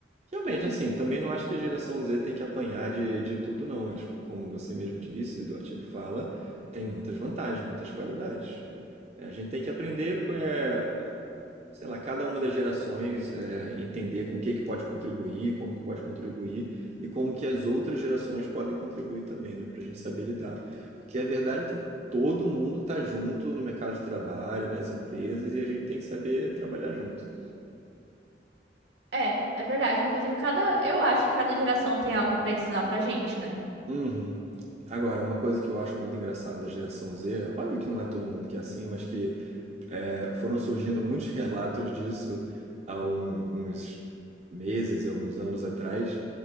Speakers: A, on the right; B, on the right.
A: Realmente, assim, também não acho que a geração Z tem que apanhar de, de tudo, não. Eles, como você mesmo disse, do artigo fala, tem muitas vantagens, muitas qualidades. É, A gente tem que aprender, com é, sei lá, cada uma das gerações, é, entender com o que que pode contribuir, como que pode contribuir e como que as outras gerações podem contribuir também, né? Pra gente saber lidar. Porque a verdade é que todo mundo tá junto no mercado de trabalho, nas empresas, e a gente tem que saber trabalhar junto.
B: É, é verdade. Inclusive, cada, eu acho que cada geração tem algo pra ensinar pra gente, né?
A: Uhum. Agora, uma coisa que eu acho muito engraçada da geração Z, óbvio que não é todo mundo que é assim, mas que é, foram surgindo muitos <laughs> relatos disso há um- uns meses e alguns anos atrás,